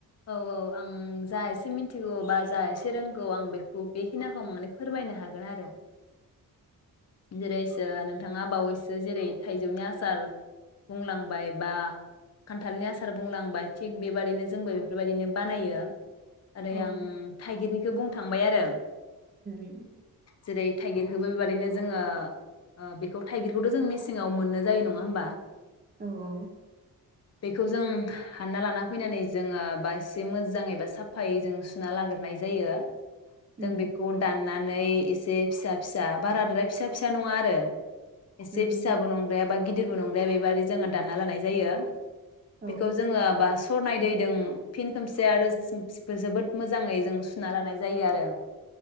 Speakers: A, on the left; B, on the right.
A: औ औ आं जा एसे मिथिगौ बा जा एसे रोंगौ आं बेखौ बेखिनिखौ माने फोरमायनो हागोन आरो जेरैसो नोंथाङा बावैसो जेरै थाइजौनि आसार बुंलांबाय बा खान्थालनि आसार बुंलांबाय थिग बेबादिनो जोंबो बेफोरबायदिनो बानायो ओरै
B: औ उम
A: आं थाइगिरनिखौ बुं थांबाय आरो
B: उम
A: जेरै थाइगिरखौबो बेबायदिनो जोङो ओ बेखौ थाइगिरखौथ' जों मेसेङाव मोननो जायो नङा होमबा
B: औ औ
A: बेखौ जों हानना लाना फैनानै जोङो बा एसे मोजाङै बा साफायै जों सुना लाग्रोनाय जायो
B: उम
A: जों बेखौ दान नानै एसे फिसा फिसा बारादाय फिसा फिसा नङा आरो एसे
B: उम
A: फिसाबो नंद्राया बाय गिदिरबो नंद्राया बेबाददि जोङो दानना लानाय जायो
B: उम औ
A: बेखौ जोङो बा सरनाय दैदों फिन खोमसे आरोम जोबोद मोजाङै जों सुना लानाय जायो आरो